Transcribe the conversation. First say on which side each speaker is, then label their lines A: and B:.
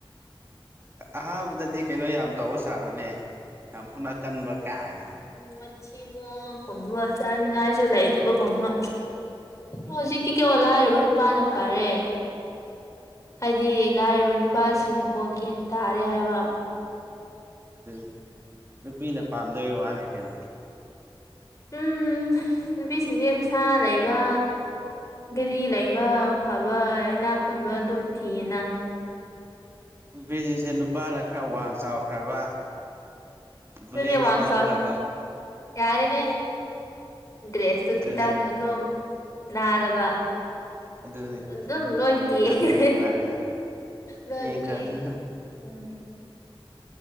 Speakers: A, on the right; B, on the left.
A: ꯑꯍꯥꯟꯕꯗꯗꯤ ꯀꯩꯅꯣ ꯌꯥꯝ ꯇꯧꯔ ꯁꯥꯔꯣꯅꯦ ꯌꯥꯝ ꯐꯥꯎꯅ ꯀꯟꯕ ꯀꯌꯥ ꯍꯥꯏꯅ
B: ꯎ ꯃꯊꯤꯕ ꯀꯨꯝꯕ ꯆꯥꯅꯤꯡꯉꯥꯏꯁꯨ ꯂꯩꯇꯕ ꯀꯨꯝꯕ ꯍꯧꯖꯤꯛꯇꯤ ꯂꯥꯏꯔꯕ ꯅꯨꯄꯥꯅ ꯐꯔꯦ꯫ ꯍꯥꯏꯗꯤ ꯂꯥꯏꯔꯕ ꯅꯨꯄꯥꯁꯤꯅꯀꯣ ꯒꯦꯟ ꯇꯥꯔꯦ ꯍꯥꯏꯕ
A: ꯑꯗꯨ ꯅꯨꯄꯤꯅ ꯄꯥꯝꯗꯕꯩ ꯋꯥꯅꯤ ꯀꯩꯅꯣ
B: ꯎꯝ ꯅꯨꯄꯤꯁꯤꯡꯁ ꯄꯩꯁꯥ ꯂꯩ ꯕ ꯒꯥꯔꯤ ꯂꯩꯕ ꯐꯕ ꯏꯅꯥ ꯈꯨꯟꯕ ꯑꯗꯨꯝ ꯊꯤꯌꯦꯅ
A: ꯅꯨꯄꯤꯁꯤꯡꯖꯦ ꯅꯨꯄꯥꯅ ꯈꯔ ꯋꯥꯡ ꯆꯥꯎꯈ꯭ꯔꯕ ꯕꯨꯂꯦꯠꯀ
B: ꯅꯪꯅꯦ ꯋꯥꯡ
A: ꯊꯧꯈ꯭ꯔꯕ
B: ꯆꯥꯎ ꯌꯥꯔꯦꯅꯦ ꯗ꯭ꯔꯦꯁꯇꯨ
A: ꯑꯗꯨꯅꯤ
B: ꯈꯤꯇꯪ ꯑꯗꯣꯝ ꯅꯥꯜꯂꯕ
A: ꯑꯗꯨꯅꯤ
B: ꯑꯗꯨꯝ ꯂꯣꯢ
A: ꯌꯦꯡꯕ
B: ꯀꯦꯟꯈ꯭ꯔꯦ
A: ꯀꯥꯟꯗ ꯆꯞ ꯆꯥꯔꯦ ꯍꯥꯏ
B: ꯂꯣꯢ
A: ꯌꯦꯡꯈ꯭ꯔꯕꯅꯤ
B: ꯀꯦꯡ
A: ꯑꯗꯨ
B: ꯎꯝ